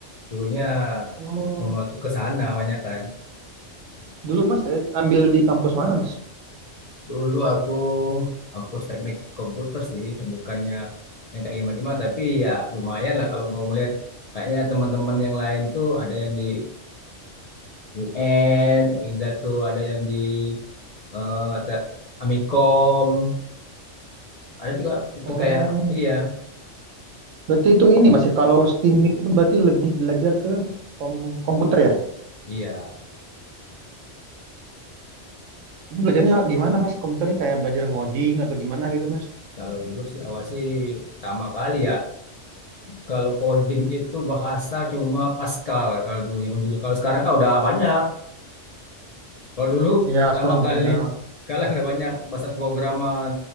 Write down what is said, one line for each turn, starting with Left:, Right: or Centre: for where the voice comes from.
Left: Dulunya
Right: Oh
Left: semua tuh ke sana banyak kan.
Right: dulu Mas eh, ambil di kampus mana Mas?
Left: Dulu aku aku teknik komputer sih, bukannya yang kayak gimana-gimana, tapi ya lumayan lah kalau mau melihat kayaknya teman-teman yang lain tuh ada yang di UN, ada tuh ada yang di eh, te- Amikom, ada juga itu
Right: Oh
Left: kayak iya
Right: berarti itu ini Mas ya kalau STIMIK itu berarti lebih belajar ke kom- komputer ya?
Left: iya.
Right: Itu belajarnya gimana mas? Komputernya kayak belajar ngoding atau gimana gitu mas?
Left: Kalau dulu sih awal sih pertama kali ya Kalau coding itu bahasa cuma Pascal kalau dulu zaman dulu. Kalau sekarang kan udah banyak. Kalau dulu
Right: Ya,
Left: pertama
Right: sekarang
Left: kali
Right: banyak.
Left: <laughs> kalau ada banyak bahasa programan.